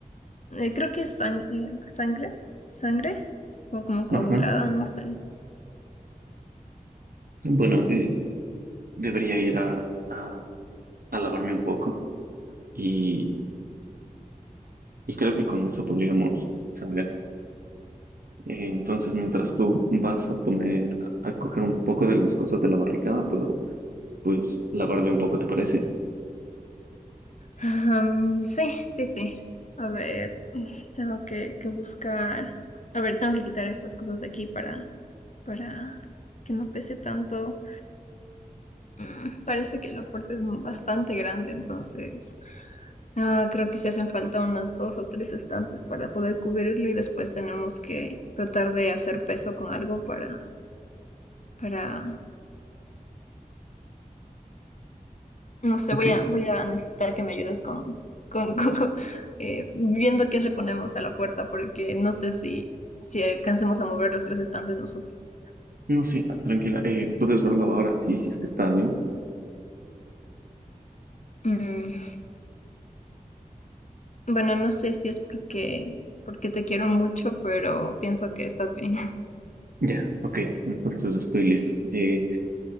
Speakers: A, on the left; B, on the right.
A: eh, creo que es sang- eh, sangre, sangre, o como coagulada,
B: Ajá.
A: no sé.
B: Bueno, eh, debería ir a, a, a lavarme un poco y, y creo que con eso podríamos saber. Eh, entonces, mientras tú vas a poner, a coger un poco de las cosas de la barricada, puedo pues lavarle un poco, ¿te parece?
A: Am, sí, sí, sí. A ver, tengo que, que buscar. A ver, tengo que quitar estas cosas de aquí para, para que no pese tanto. Mm, parece que el aporte es bastante grande, entonces ah, creo que sí hacen falta unos dos o tres estantes para poder cubrirlo y después tenemos que tratar de hacer peso con algo para, para No sé,
B: Ok.
A: voy a, voy a necesitar que me ayudes con, con, <laughs> con- con, eh, viendo qué le ponemos a la puerta, porque no sé si, si alcancemos a mover los tres estantes nosotros.
B: No, sí, tranquila. Eh, puedes verla ahora, sí, si es que está, ¿no?
A: Mm, bueno, no sé si es porque, porque te quiero mucho, pero pienso que estás bien. <laughs>
B: Ya, ok. Entonces estoy listo. Eh,